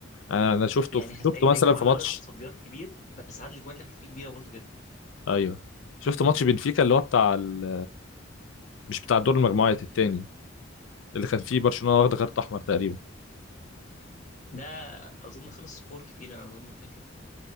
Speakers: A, on the left; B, on the left.
A: انا شفته
B: يعني
A: في...
B: هتلاقي
A: شفته
B: ان
A: مثلا
B: هو
A: في
B: عدد
A: ماتش
B: تصديات كبير بس عدد الاجوان اللي دخلت فيه كبيره برضه جدا
A: ايوه شفت ماتش بنفيكا اللي هو بتاع ال... مش بتاع دور المجموعات التاني اللي كان فيه برشلونة واخدة كارت احمر تقريبا
B: ده اظن خلص سكور كبير انا اظن فاكر